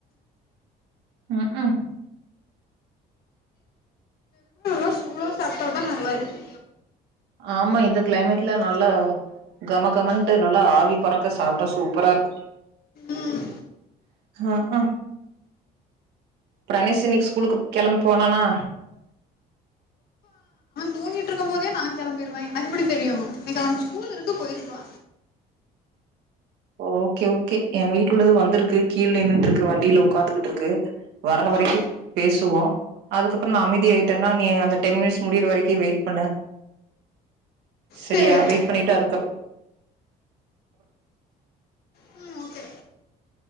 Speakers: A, on the right; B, on the left.
A: ம் க்கு
B: ரொம்ப சூடா சாப்டா தா நல்லா இருக்கோ
A: ஆமா இந்த கிளைமேட்ல நல்லா கமகமன்ட்டு நல்லா ஆவி பறக்க சாப்டா சூப்பரா இருக்கோ
B: ம்
A: அக்கு பிரணேஷு இன்னைக்கு ஸ்கூலுக்கு கெளம்பி போனானா
B: தூங்கிட்டு இருக்கும் போதே நான் கெளம்பிருவ எனக்கு எப்டி தெரியோ இன்னைக்கு அவனுக்கு ஸ்கூல் இருக்கு போயிருப்பா
A: ஓகே ஓகே என் வீட்டுள உள்ளது வந்துருக்கு கீழே நின்டு இருக்கு வண்டியில உக்காந்துகிட்டு இருக்கு வர்ற
B: ஆ
A: வரைக்கும் பேசுவோம் அதுக்கப்றம் நா அமைதி ஆயிட்டேன்னா நீ அந்த டென் மினிட்ஸ் முடியற வரைக்கு வெயிட் பண்ணு சரியா
B: சேரி
A: வெயிட் பண்ணிட்டு அதுக்கப்புறம்
B: ம் ஓகே